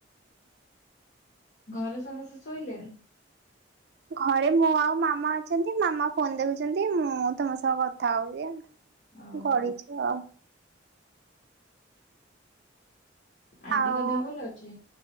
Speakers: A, on the left (about 60°); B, on the right (about 55°).
A: ଘରେ ସମସ୍ତେ ଶୋଇଲେଣି?
B: ଘରେ ମୁଁ ଆଉ ମାମା ଅଛନ୍ତି ମାମା ଫୋନ ଦେଖୁଛନ୍ତି ମୁଁ ତମ ସହ କଥା ହଉଛି।
A: ଓହୋ
B: ଗଡିଚୁ ଆଉ।
A: ଆଣ୍ଟିଙ୍କ
B: ଆଉ
A: ଦେହ ଭଲ ଅଛି?